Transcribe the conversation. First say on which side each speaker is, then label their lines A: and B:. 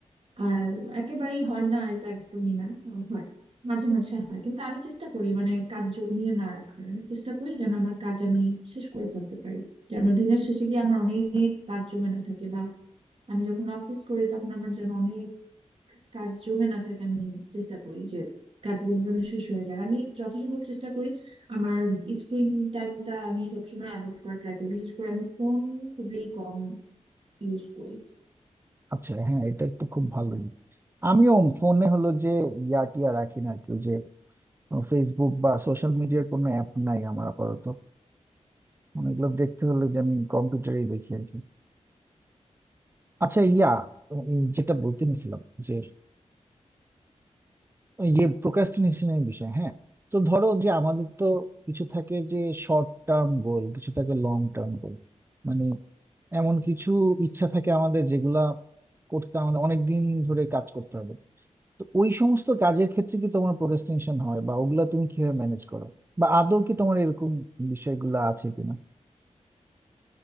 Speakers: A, on the right (about 50°); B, on the right (about 20°).
A: আর একেবারেই হয় না এটা একদমই না হয় মাঝে মাঝে হয় কিন্তু আমি চেষ্টা করি মানে কাজ জমিয়ে না রাখার আমি চেষ্টা করি যেন আমার কাজ আমি শেষ করে ফেলতে পারি যেন দিনের শেষে গিয়ে আমার অনেক কাজ জমে না থাকে বা আমি যখন অফিস করি তখন আমার যেন অনেক কাজ জমে না থাকে আমি চেষ্টা করি যে কাজগুলো যেন শেষ হয়ে যায় আর আমি যথাসম্ভব চেষ্টা করি আমার স্ক্রিন টাইমটা আমি সবসময় অ্যাভয়েড করার ট্রাই করি বিশেষ করে আমি ফোন খুবই কম ইউজ করি
B: আচ্ছা হ্যাঁ এটা তো খুব ভালোই আমিও ফোনে হলো যে ইয়া টিয়া রাখি না আর কি ওই যে ফেসবুক বা সোশ্যাল মিডিয়ার কোনো অ্যাপ নাই আমার আপাতত মানে এগুলো দেখতে হলে যে আমি কম্পিউটারেই দেখি আর কি আচ্ছা ইয়া উম, যেটা বলতে নিছিলাম যে ওই যে প্রোক্রাস্টিনেশনের বিষয় হ্যাঁ তো ধরো যে আমাদের তো কিছু থাকে যে শর্ট টার্ম গোল কিছু থাকে লং টার্ম গোল মানে এমন কিছু ইচ্ছা থাকে আমাদের যেগুলা করতে আমাদের অনেক দিন ধরে কাজ করতে হবে তো ওই সমস্ত কাজের ক্ষেত্রে কি তোমার প্রোক্রাস্টিনেশন হয় বা ওগুলা তুমি কিভাবে ম্যানেজ করো বা আদৌ কি তোমার এরকম বিষয়গুলো আছে কিনা